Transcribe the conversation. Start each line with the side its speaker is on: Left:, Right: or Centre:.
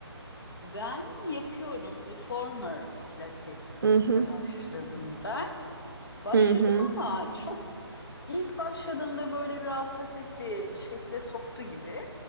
Left: ben yapıyorum. Reformer Pilates'e
Right: Hı hı.
Left: başladım ben. Başladım
Right: Hı hı.
Left: ama çok ilk başladığımda böyle biraz hafif bir şekle soktu gibi.